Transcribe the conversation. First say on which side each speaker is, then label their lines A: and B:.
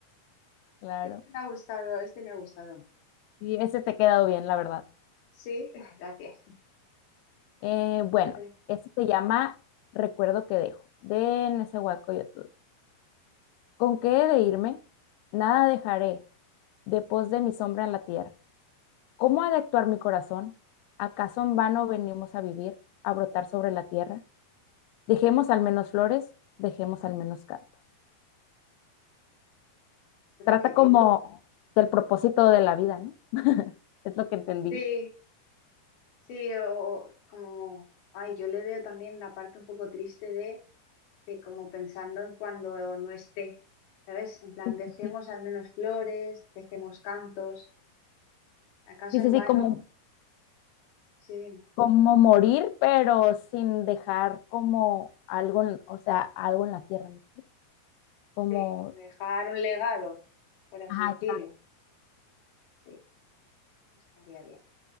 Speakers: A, on the left; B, on the left.
A: Claro.
B: Este me ha gustado, este me ha gustado.
A: Y ese te ha quedado bien, la verdad.
B: Sí, <laughs> gracias.
A: Eh, bueno,
B: Recuerdo
A: este se llama Recuerdo que dejo, de Nezahualcóyotl. ¿Con qué he de irme? Nada dejaré, de pos de mi sombra en la tierra. ¿Cómo ha de actuar mi corazón? ¿Acaso en vano venimos a vivir, a brotar sobre la tierra? Dejemos al menos flores, dejemos al menos cantos. Trata
B: que dejo.
A: como del propósito de la vida, ¿no? Es lo que entendí.
B: Sí, sí, o o como, ay, yo le veo también la parte un poco triste de, de como pensando en cuando no esté, ¿sabes? En plan,
A: Sí,
B: dejemos
A: sí, sí,
B: al menos flores, dejemos cantos. ¿Acaso
A: Sí, sí,
B: en
A: sí,
B: vano?
A: como,
B: Sí, dime.
A: como morir, pero sin dejar como algo, en- o sea, algo en la tierra. ¿no? Como,
B: Sí, como dejar un legado, por así
A: ajá,
B: decirlo.
A: claro.
B: Sí, estaría bien.